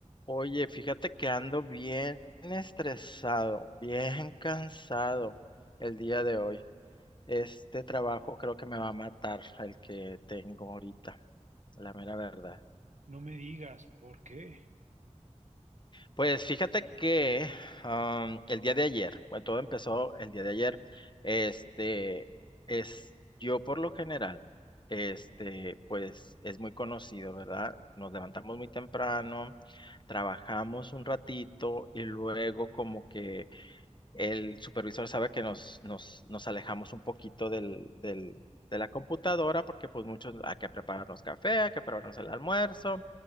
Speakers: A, on the left; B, on the right.
A: Oye, fíjate que ando bien estresado, bien cansado el día de hoy. Este trabajo creo que me va a matar el que tengo ahorita, la mera verdad.
B: No me digas por qué.
A: Pues fíjate que am, el día de ayer, bueno, todo empezó el día de ayer. Este es yo por lo general, este, pues es muy conocido, ¿verdad? Nos levantamos muy temprano, trabajamos un ratito y luego como que El supervisor sabe que nos, nos, nos alejamos un poquito del, del, de la computadora porque pues muchos hay que prepararnos café, hay que prepararnos el almuerzo